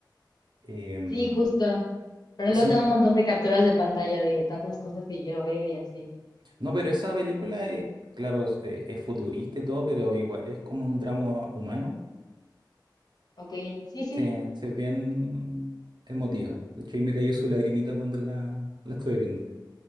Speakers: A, on the right; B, on the left.
A: Em,
B: Sí, justo. Pero
A: sí,
B: luego tengo un montón de capturas de pantalla de tantas cosas que quiero ver y así.
A: no, pero esa película, eh, claro, es, eh, es futurista y todo, pero igual es como un drama humano.
B: Ok, sí, sí.
A: Sí, sí, es bien emotiva. De hecho, ahí me cayó su lagrimita cuando la, la estuve viendo.